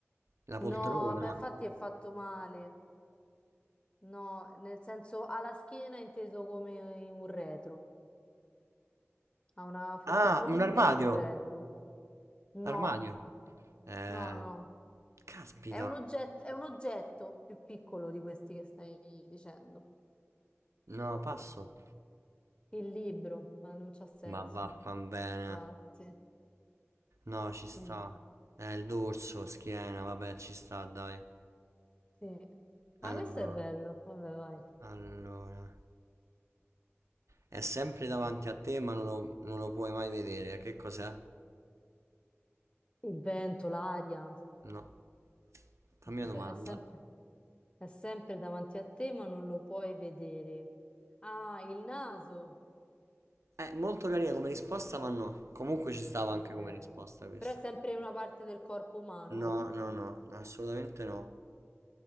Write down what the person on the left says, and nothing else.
No, ma infatti è fatto male. No, nel senso ha la schiena inteso come un retro. Ha una f- un
fronte
e un retro. No,
no, no.
È un oggetto, è un oggetto più piccolo di questi che stai dicendo.
Il libro, ma non c'ha senso.
Infatti.
Mm,
sì. Ah,
questo è bello. Vabbè, vai.
Il vento, l'aria,
il se-
è sempre, è sempre davanti a te, ma non lo puoi vedere. Ah, il naso.
Ok.
Però è sempre una parte del corpo umano?